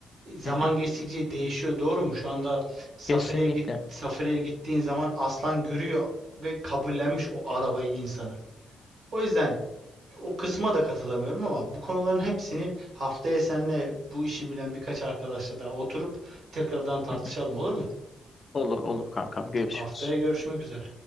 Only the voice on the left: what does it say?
hı hı.
Kesinlikle.
Hı hı.
Olur olur kankam görüşürüz.